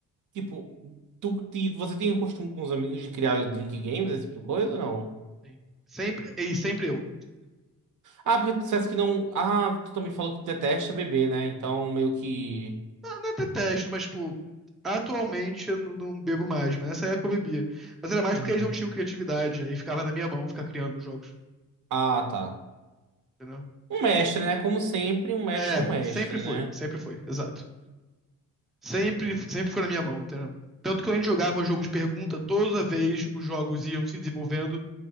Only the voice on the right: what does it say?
tipo, tu, te- você tem costume com os amigos de criar drink games, esse tipo de coisa ou não?
Ah, porque tu disseste que não. Ah, tu também falou que tu detesta beber, né? Então, meio que.
Uhum.
Ah, tá.
Um mestre, né? Como sempre, um mestre
é um mestre,
né?